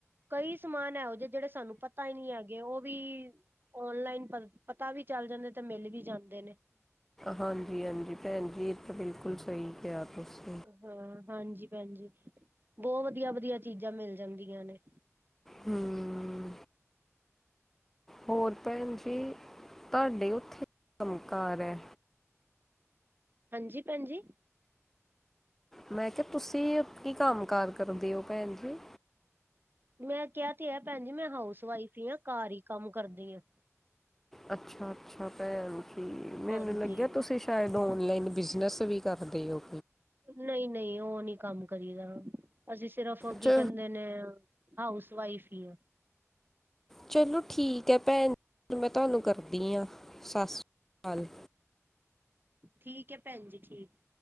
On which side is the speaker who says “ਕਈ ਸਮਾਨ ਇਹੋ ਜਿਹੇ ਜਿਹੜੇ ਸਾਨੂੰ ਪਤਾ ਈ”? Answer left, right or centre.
Right